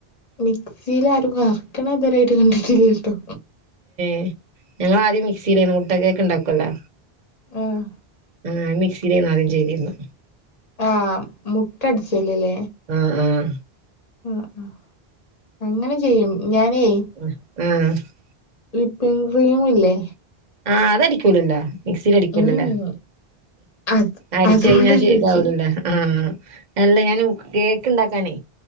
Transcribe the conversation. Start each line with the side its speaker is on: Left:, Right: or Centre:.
Left: മിക്സിൽ ആരും കറക്കണ ഇതരായിട്ട് കണ്ടിട്ടില്ലട്ടോ
Right: <unintelligible> ഞങ്ങൾ ആദ്യം മിക്സിലെ മുട്ടക്കൊക്കെ ഉണ്ടാക്കുവല്ലോ
Left: ആഹ
Right: ആഹ് മിക്സിയിലന്ന് ആദ്യം ചെയ്തിരുന്നു
Left: ആ് മുട്ടടിച്ചല്ല അല്ലേ
Right: ആഹ ആഹ
Left: ആ ആ അങ്ങനെ ചെയ്യും ഞാനേയ്
Right: ഉം
Left: വിപ്പിൻ ക്രീമില്ലേ?
Right: ആഹ് അതടിക്കൂലല്ലോ മിക്സിൽ അടിക്കൂലല്ലേ
Left: ഉം അത്
Right: അടിച്ച
Left: അതുകൊണ്ടാ
Right: കഴിഞ്ഞാൽ
Left: ചോദിച്ചേ
Right: താവലല്ലേ ആഹ അല്ല ഞാൻ കേക്ക് ഉണ്ടാക്കാനേ